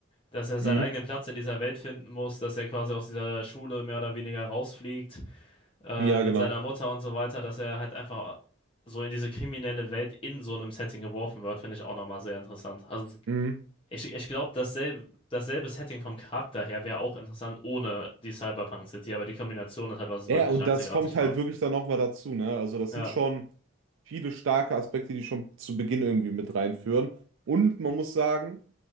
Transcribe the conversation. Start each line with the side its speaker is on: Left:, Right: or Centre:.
Left: dass er seinen
Right: Mhm.
Left: eigenen Platz in dieser Welt finden muss, dass er quasi aus dieser Schule mehr oder weniger rausfliegt, äh,
Right: Ja,
Left: mit
Right: genau.
Left: seiner Mutter und so weiter, dass er halt einfach so in diese kriminelle Welt in so einem Setting geworfen wird, finde ich auch nochmal sehr interessant. Also
Right: Mhm.
Left: ich, ich glaube, dasselbe, dasselbe Setting vom Charakter her wäre auch interessant ohne die Cyberpunk City, aber die Kombination ist halt, was es
Right: Ja,
Left: wirklich
Right: ja, und
Left: einzigartig
Right: das kommt
Left: macht.
Right: halt wirklich dann nochmal dazu, ne? Also das
Left: Ja,
Right: sind schon viele starke Aspekte, die schon zu Beginn irgendwie mit reinführen. Und man muss sagen,